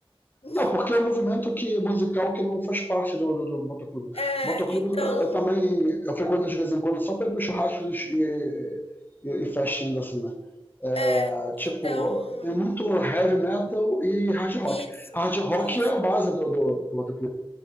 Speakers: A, on the left (about 80°); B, on the left (about 20°).
A: <laughs>
B: Não, porque é um movimento que, musical que não faz parte do, do, do motoclube.
A: É,
B: Motoclube
A: então,
B: eu, ta- eu também eu frequento de vez em quando só para ir para churrascos e, e, e festinhas assim, né? É,
A: é,
B: tipo,
A: então,
B: tem muito heavy metal e hard rock.
A: isso,
B: Hard rock
A: isso.
B: é a base do, do, do motoclube.